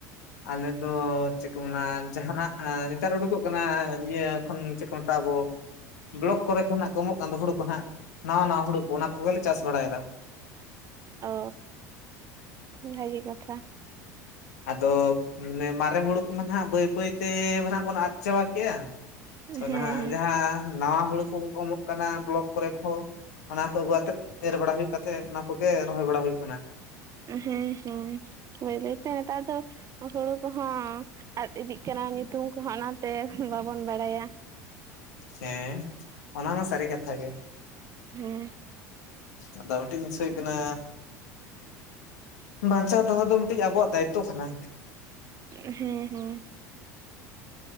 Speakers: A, on the left; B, on the right.
A: ᱟᱞᱮ ᱫᱚ ᱪᱮᱫ ᱠᱚ ᱢᱮᱱᱟ ᱡᱟᱦᱟᱸᱱᱟᱜ ᱱᱮᱛᱟᱨ ᱳᱰᱳᱠᱚᱜ ᱠᱟᱱᱟ ᱤᱭᱟᱹ ᱠᱷᱚᱱ ᱪᱮᱫ ᱠᱚ ᱢᱮᱛᱟᱜᱼᱟ ᱟᱵᱚ ᱵᱞᱚᱠ ᱠᱚᱨᱮ ᱠᱷᱚᱱᱟᱸᱜ ᱠᱚ ᱮᱢᱚᱜ ᱠᱟᱱ ᱫᱚ ᱦᱳᱲᱳ ᱠᱚ ᱦᱟᱸᱜ ᱱᱟᱣᱟ ᱱᱟᱣᱟ ᱦᱳᱲᱳ ᱠᱚ ᱚᱱᱟ ᱠᱚᱜᱮᱞᱮ ᱪᱟᱥ ᱵᱟᱲᱟᱭᱫᱟ
B: ᱚ ᱵᱷᱟᱜᱮ ᱠᱟᱛᱷᱟ
A: ᱟᱫᱚ ᱢᱟᱱᱮ ᱢᱟᱨᱮ ᱦᱳᱲᱳ ᱠᱚ ᱢᱟ ᱱᱟᱦᱟᱸᱜ ᱵᱟᱹᱭ ᱵᱟᱹᱭᱛᱮ ᱱᱟᱜ ᱵᱚᱱ ᱟᱫ ᱪᱟᱵᱟ ᱠᱮᱭᱟ
B: ᱦᱮᱸ
A: ᱛᱚ
B: ᱦᱮᱸ
A: ᱱᱟᱦᱟᱸᱜ ᱡᱟᱦᱟᱸ ᱱᱟᱣᱟ ᱦᱩᱲᱳ ᱠᱚ <unintelligible> ᱠᱟᱱᱟ ᱵᱞᱚᱠ ᱠᱚᱨᱮ ᱠᱷᱚ ᱚᱱᱟ ᱠᱚ ᱟᱹᱜᱩ ᱟᱛᱮᱫ ᱮᱨ ᱵᱟᱲᱟ ᱦᱩᱭᱩᱜ ᱠᱟᱛᱮᱜ ᱚᱱᱟ ᱠᱚᱜᱮ ᱨᱚᱦᱚᱭ ᱵᱟᱲᱟ ᱦᱳᱭᱳᱜ ᱠᱟᱱᱟ
B: ᱦᱮᱸ ᱦᱮᱸ ᱵᱟᱹᱭ ᱵᱟᱹᱭᱛᱮ ᱱᱮᱛᱟᱨ ᱫᱚ ᱦᱳᱲᱳ ᱠᱚᱦᱚᱸ ᱟᱫ ᱤᱫᱤᱜ ᱠᱟᱱᱟ ᱧᱩᱛᱩᱢ ᱠᱚᱦᱚᱸ ᱚᱱᱟᱛᱮ ᱵᱟᱵᱚᱱ ᱵᱟᱲᱟᱭᱟ
A: ᱦᱮᱸ ᱚᱱᱟᱢᱟ ᱥᱟᱨᱤ ᱠᱟᱛᱷᱟ ᱜᱮ
B: ᱦᱮᱸ
A: ᱟᱫᱚ ᱢᱤᱫᱴᱤᱡ <unintelligible> ᱠᱟᱱᱟ ᱵᱟᱧᱪᱟᱣ ᱫᱚᱦᱚ ᱫᱚ <unintelligible> ᱟᱵᱚᱣᱟᱜ ᱫᱟᱭᱤᱛᱛᱚ ᱠᱟᱱᱟ
B: ᱦᱮᱸ ᱦᱮᱸ